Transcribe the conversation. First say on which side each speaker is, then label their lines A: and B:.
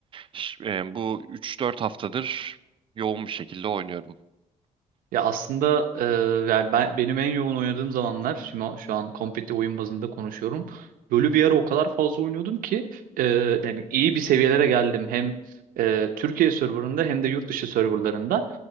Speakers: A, on the right (about 40°); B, on the right (about 85°).
A: Ş- e, bu üç dört haftadır yoğun bir şekilde oynuyorum.
B: Ya aslında eee, yani ben benim en yoğun oynadığım zamanlar şimdi o- şu an kompetitif oyun bazında konuşuyorum. LoL'ü bir ara o kadar fazla oynuyordum ki eee, yani iyi bir seviyelere geldim hem eee, Türkiye serverında hem de yurt dışı serverlarında.